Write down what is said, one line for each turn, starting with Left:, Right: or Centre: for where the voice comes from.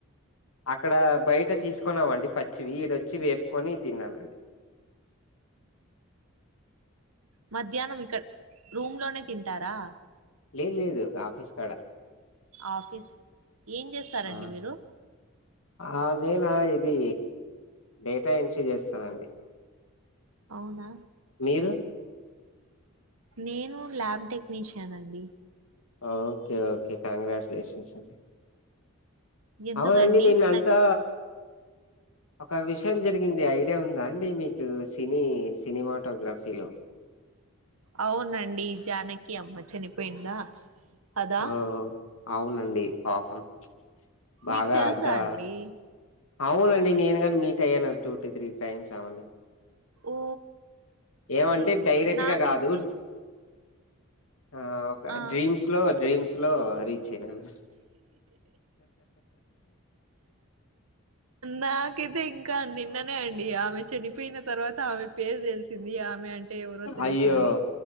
Left: అక్కడ బయట తీసుకున్నామండి పచ్చివి వీడొచ్చి వేపుకొని తినాలండి.
Right: మధ్యాహ్నం ఇక్కడ రూమ్ లోనే తింటారా
Left: లేదు లేదు ఆఫీస్ కాడ
Right: ఆఫీస్ ఏం చేస్తారండి
Left: ఆ
Right: మీరు
Left: ఆ నేనా ఇది డేటా ఎంట్రీ చేస్తానండి
Right: అవునా
Left: మీరు
Right: నేను ల్యాబ్ టెక్నీషియన్ అండి
Left: ఓకే ఓకే కంగ్రాచ్యులేషన్స్ అండి
Right: ఎందుకండి
Left: అవునండి నిన్న అంతా
Right: నాకు
Left: ఒక విషయం జరిగింది. ఐడియా ఉందా అండి మీకూ సినీ సినిమాటోగ్రాఫీలో.
Right: అవునండి జానకి అమ్మ చనిపోయిందా కదా
Left: అవ్ అవు అవునండి పాపం ప్చ్ బాగా
Right: మీకు తెలుసా
Left: అంతా.
Right: అండి
Left: అవునండి నేను గాని మీట్ అయ్యాను టూ టు త్రీ టైమ్స్ ఆమెను.
Right: ఓ
Left: ఏమంటే
Right: గ్రేట్
Left: డైరెక్ట్
Right: నాకైతే
Left: గా గాదు ఆ ఒక
Right: ఆ
Left: డ్రీమ్స్ లో డ్రీమ్స్ లో రీచ్ అయినాను.
Right: నాకైతే ఇంకా నిన్ననే అండి ఆమె చనిపోయిన తర్వాత ఆమె పేరు తెలిసింది ఆమె అం అంటే ఎవరో తెలిసింది
Left: అయ్యో